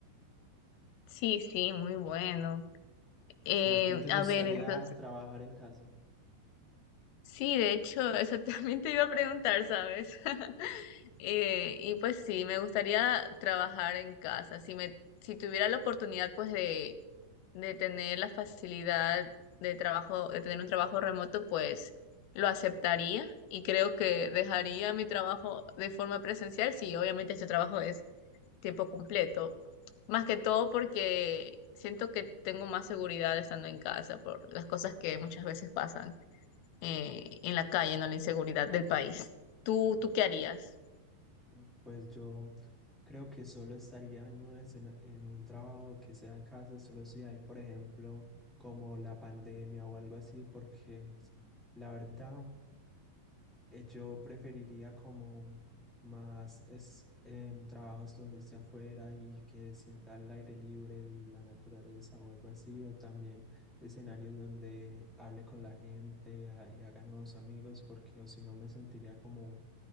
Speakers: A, on the left (about 80°); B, in the centre.
A: Sí, sí, muy bueno. Eh,
B: Si a ti te gustaría
A: a ver, entonces,
B: trabajar en casa,
A: sí, de hecho, eso <laughs> también te iba a preguntar, ¿sabes? <laughs> Eh, y pues sí, me gustaría trabajar en casa. Si me, si tuviera la oportunidad, pues de de tener la facilidad de trabajo, de tener un trabajo remoto, pues lo aceptaría y creo que dejaría mi trabajo de forma presencial si obviamente este trabajo es tiempo completo. Más que todo porque siento que tengo más seguridad estando en casa por las cosas que muchas veces pasan eh, en la calle, no la inseguridad del país. ¿Tú, tú qué harías?
B: mm, pues yo creo que solo estaría en un, escena- en un trabajo que sea en casa, solo si hay, por ejemplo, como la pandemia o algo así, porque la verdad... eh, yo preferiría como más es, em, trabajos donde esté afuera y que sienta el aire libre y la naturaleza o algo así, o también escenarios donde hable con la gente ah, y haga nuevos amigos, porque o si no me sentiría como